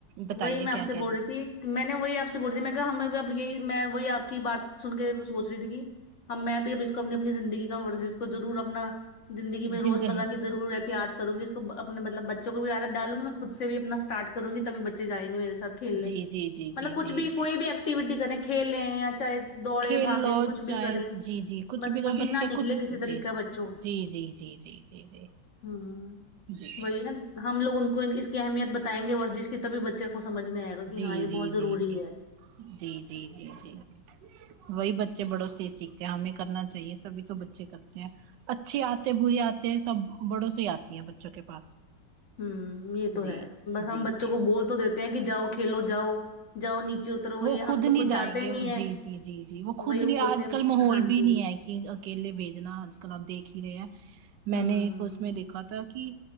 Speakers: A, on the right; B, on the left.
A: بتائیے
B: وہی میں آپ
A: کیا
B: سے
A: کہہ
B: بول رہی تھی میں نے وہی آپ سے بول رہی تھی میں کہا ہمیں اب یہی میں وہی آپ کی بات سن کے سوچ رہی تھی کی ہم میں بھی اب اس کو اپنی اپنی زندگی کا ورزش کو ضرور اپنا زندگی میں روزمرہ
A: جن کا حصہ
B: کی ضرورت تیاد کروں گی اس کو اپنےمطلب بچوں کو بھی عادت ڈالوں گی نا خود سے بھی اپنا اسٹارٹ کروں گی تبھی بچے جائیں گے میرے ساتھ کھیلنے
A: جی جی جی
B: مطلب
A: جی
B: کچھ
A: جی
B: بھی
A: جی
B: کوئی بھی ایکٹیوٹی کریں کھیلیں یا چاہے دوڑے
A: کھیل
B: بھاگے
A: لو
B: کچھ
A: چاہے
B: بھی کرے
A: جی جی کچھ
B: بس
A: بھی تو
B: پسینہ
A: بچے
B: نکلے
A: کچھ
B: کسی طریق
A: جی
B: کا بچ
A: جی جی جی جی جی جی
B: ہاں
A: جی
B: وہی نا ہم لوگ ان کو اس کی اہمیت بتائیں گے ورزش کی تبھی بچوں کو سمجھ میں آئے گا کہ
A: جی
B: ہاں یے
A: جی جی
B: بہت ضروری
A: جی
B: ہے
A: جی جی جی
B: ہوں
A: جی جی وہی بچے بڑوں سے ہی سیکھتے ہیں ہمیں کرنا چاہیے تبھی تو بچے کرتے ہیں اچھی آتے بری آتے سب بڑوں سے ہی آتی ہے بچوں کے پاس
B: ہمم یے تو
A: جی
B: ہے بس ہم
A: جی
B: بچوں
A: جی
B: کو بول تو دیتے ہیں کی جاؤ کھیلو جاؤ جاؤ نیچے اترو
A: وہ
B: یہ
A: خود
B: ہم تو
A: نہیں جائیں
B: جاتے
A: گے
B: نہیں ہیں
A: جی جی جی جی وہ
B: وہی
A: خود نہیں
B: بولتے
A: آج
B: ہیں
A: کل ماحول
B: ہاں
A: بھی
B: جی
A: نہیں ہے اکیلے بھیجنا آج کل آپ دیکھ ہی رہے ہیں
B: ہوں
A: میں نے ایک اس میں دیکھا تھا کی